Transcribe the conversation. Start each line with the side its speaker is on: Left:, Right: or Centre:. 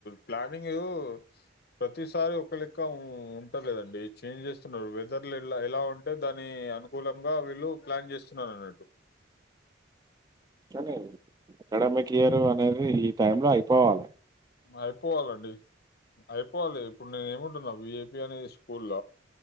Left: ప్లానింగు ప్రతిసారి ఒక లెక్క ఉంటలేదండి చేంజ్ చేస్తున్నారు వెదర్లు ఎలా ఎలా ఉంటే దాని అనుకూలంగా వీళ్ళు ప్లాన్ చేస్తున్నారు అన్నట్టు
Right: కనీ అకాడమిక్ ఇయరు అనేది ఈ టైమ్ లో అయిపోవాలే
Left: అయిపోవాలండి అయిపోవాలి ఇప్పుడు నేనే ఏముంటున్నా విఐపి అనే స్కూల్ల